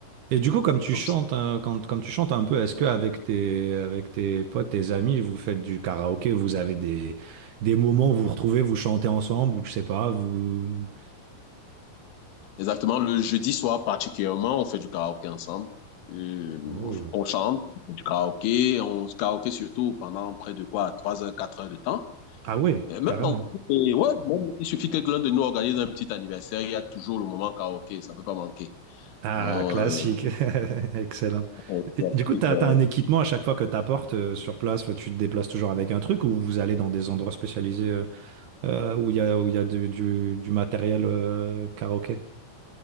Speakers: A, on the right; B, on the left.
A: Et du coup, comme tu
B: comme
A: chantes,
B: ça.
A: hein, quand, comme tu chantes un peu, est-ce que avec tes, avec tes potes, tes amis, vous faites du karaoké, vous avez des, des moments où vous vous retrouvez, vous chantez ensemble, ou je sais pas, vous.
B: Exactement, le jeudi soir particulièrement, on fait du karaoké ensemble. Euh,
A: Oh.
B: on chante, on fait du karaoké, on se karaoké surtout pendant près de quoi, 3 heures, 4 heures de temps.
A: Ah ouais,
B: Et même
A: carrément.
B: dans, et ouais, même, il suffit que l'un de nous organise un petit anniversaire, il y a toujours le moment karaoké, ça peut pas manquer.
A: Ah,
B: Non,
A: classique.
B: euh,
A: <laughs> Excellent.
B: on-
A: Et Du coup, t'as, t'as un équipement à chaque fois que t'apportes euh, sur place, Enfin, tu te déplaces toujours avec un truc, ou vous allez dans des endroits spécialisés euh, euh, où il y a, où il y a du, du, du matériel euh, karaoké?